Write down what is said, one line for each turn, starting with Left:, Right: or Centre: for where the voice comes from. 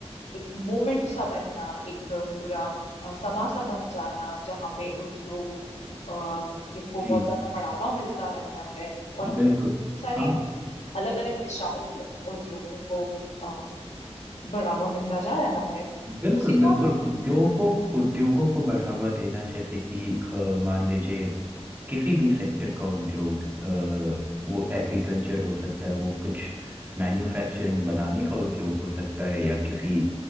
Left: एक मोमेंट सा बनना एक पूरा अ, समा सा बन जाना जहाँ पे उद्योग अ, की को
Right: जी
Left: बहुत ज्यादा बढ़ावा मिलता रहा है और बहुत
Right: बिल्कुल
Left: सारी
Right: हाँ
Left: अलग अलग दिशाओं में उद्योगों को अ, बढ़ावा मिलता जा रहा है
Right: बिल्कुल
Left: उसी को
Right: बिल्कुल उद्योगों उद्योगों को बढ़ावा देना जैसे कि अ, मान लीजिए किसी भी सेक्टर का उद्योग अ, वो एग्रीकल्चर हो सकता है वो कुछ मैन्युफैक्चरिंग बनाने का उद्योग हो सकता है या किसी